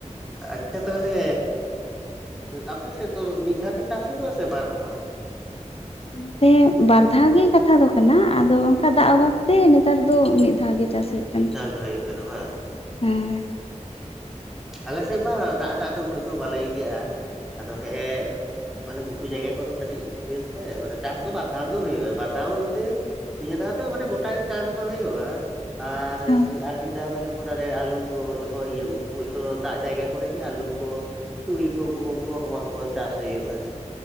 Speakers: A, in the centre; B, on the left.
A: ᱟᱪᱷᱟ ᱛᱟᱦᱚᱞᱮ ᱟᱯᱮ ᱥᱮᱫ ᱫᱚ ᱢᱤᱫ ᱫᱷᱟᱣ ᱜᱮ ᱪᱟᱥ ᱦᱩᱭᱩᱜ ᱟ ᱥᱮ ᱵᱟᱨ ᱫᱷᱟᱣ?
B: ᱱᱚᱛᱮ ᱵᱟᱨ ᱫᱷᱟᱣ ᱜᱮ ᱠᱟᱛᱷᱟ ᱫᱚ ᱠᱟᱱᱟ ᱟᱫᱚ ᱚᱱᱠᱟ ᱫᱟᱜ ᱚᱵᱷᱟᱵᱽ ᱛᱮ ᱱᱮᱛᱟᱨ ᱫᱚ ᱢᱤᱫ ᱫᱷᱟᱣ ᱜᱮ ᱪᱟᱥ ᱦᱩᱭᱩᱜ ᱠᱟᱱᱟ
A: ᱢᱤᱫ ᱫᱷᱟᱣ ᱜᱮ ᱦᱩᱭᱩᱜ ᱠᱟᱱᱟ ᱵᱟᱝ
B: ᱦᱚᱸ
A: ᱟᱞᱮ ᱥᱮᱫ ᱢᱟ ᱫᱟᱜᱴᱟᱜ ᱫᱚ ᱩᱱᱟᱹᱜ ᱫᱚ ᱵᱟᱞᱮ ᱤᱭᱟᱹᱜᱼᱟ ᱟᱫᱚ ᱦᱮᱸᱜ ᱮ ᱢᱟᱱᱮ ᱜᱩᱯᱤ ᱡᱟᱭᱜᱟ ᱠᱚᱫᱚ ᱠᱟᱹᱴᱤᱡ ᱤᱭᱟᱹ ᱥᱮ ᱢᱟᱱᱮ ᱪᱟᱥ ᱫᱚ ᱵᱟᱨᱫᱷᱟᱣ ᱜᱮ ᱦᱩᱭᱩᱜ ᱟ ᱵᱟᱨᱫᱷᱟᱣᱛᱮ ᱱᱤᱭᱟᱹ ᱫᱷᱟᱣ ᱫᱚ ᱢᱟᱱᱮ ᱜᱚᱴᱟ ᱜᱮ ᱪᱟᱥ ᱫᱚ ᱦᱳᱭᱳᱜᱼᱟ ᱟᱨ
B: ᱦᱮᱸ
A: ᱤ ᱟᱨ ᱢᱤᱫ ᱫᱷᱟᱣ ᱫᱚ ᱡᱚᱠᱷᱚᱱ ᱟᱞᱩ ᱠᱚ ᱡᱚᱠᱷᱚᱱ ᱤᱭᱟᱹ ᱩᱼᱼ ᱚᱠᱚᱭᱛᱚ ᱫᱟᱜ ᱡᱟᱭᱜᱟ ᱠᱚᱨᱮᱜᱮ ᱟᱞᱩ ᱠᱚ ᱛᱩᱲᱤ ᱠᱚ ᱜᱩᱦᱩᱢ ᱠᱚ ᱱᱚᱶᱟ ᱠᱚ ᱪᱟᱥ ᱦᱩᱭᱩᱜᱼᱟ